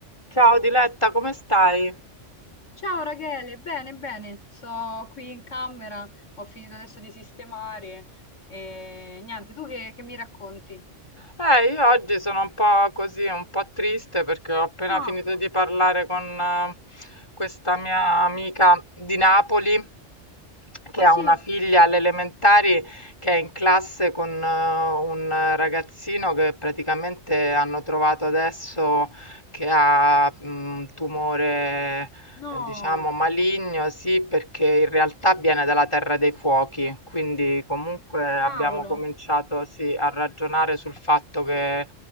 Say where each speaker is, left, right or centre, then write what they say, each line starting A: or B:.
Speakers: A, on the left (about 25°); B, on the left (about 80°).
A: Ciao Diletta, come stai?
B: Ciao Rachele, bene, bene, sto qui in camera, ho finito adesso di sistemare e niente, tu che, che mi racconti?
A: Eh, io oggi sono un po' così, un po' triste perché ho appena
B: Ah,
A: finito di parlare con eh, questa mia amica di Napoli che
B: ah
A: ha
B: sì,
A: una figlia alle elementari che è in classe con eh, un ragazzino che praticamente hanno trovato adesso che ha un tumore
B: no,
A: Eh, Diciamo maligno, sì, perché in realtà viene dalla Terra dei Fuochi, quindi comunque abbiamo
B: cavolo,
A: cominciato, sì, a ragionare sul fatto che,